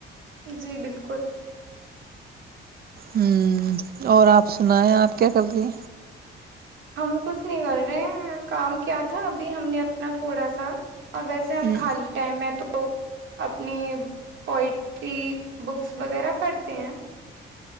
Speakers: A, on the right; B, on the right.
A: جی بالکل
B: ہمم اور آپ سنائیں آپ کیا کر رہے
A: ہم کچھ نہیں کر رہے کام کیا تھا ابھی ہم نے اپنا تھوڑا سا اور ویسے ہم
B: ہوں
A: خالی ٹائم میں تو تو اپنی پوئٹری بکس وغیرہ پڑھتے ہیں